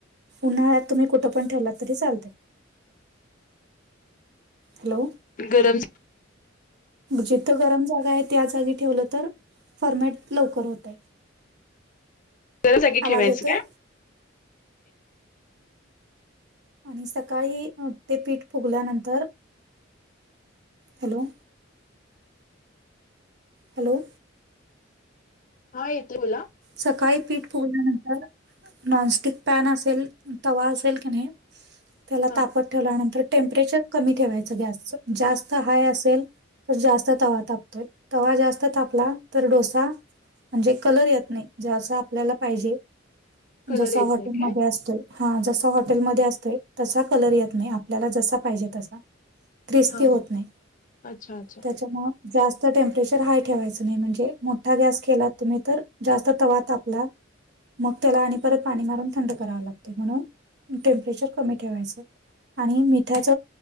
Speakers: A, on the right; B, on the left.
A: उन्हाळ्यातुम्ही कुठं पण ठेवत तरी चालते हॅलो
B: गरम
A: जिथं गरम जागा आहे त्या जागी ठेवलं तर फॉर्मेट लवकर होत आहे
B: गरजगी
A: आवाज
B: ठेवायचं
A: येतोय?
B: का
A: आणि सकाळी ते पीठ फुगल्यानंतर हॅलो हॅलो
B: हा येते बोला
A: सकाळी पीठ पुगल्यानंतर नॉनस्टिक पॅन असेल तवा असेल की नाही त्याला
B: हां.
A: तापत ठेवल्यानंतर टेमपरेचर कमी ठेवायचं गॅस जास्त हाय असेल तर जास्त तवा तापतोय तवा जास्त आपला तर डोसा म्हणजे कलर येत नाही ज आपल्याला पाहिजे
B: कलर
A: जस
B: येत
A: हॉटेलमध्येध्ये
B: नाही काय?
A: असतो हा जसा हॉटेलमध्ये असत तसा कलर येत नाही आपल्याला जसा पाहिजे तसा ख्रिस्ती
B: हां, हां.
A: होत नाही
B: अच्छा, अच्छा.
A: त्याच्यामु जास्त टेम्परेचर हाय ठेवायचं नाही म्हणजे मोठा गॅस केला तुम्ही तर जास्त. वाात आपला. मग त्याला आणि परत पाणी मारून थंड करावं लागतं म्हणून टेम्परेचर कमी ठेवायचं आणि मिठाच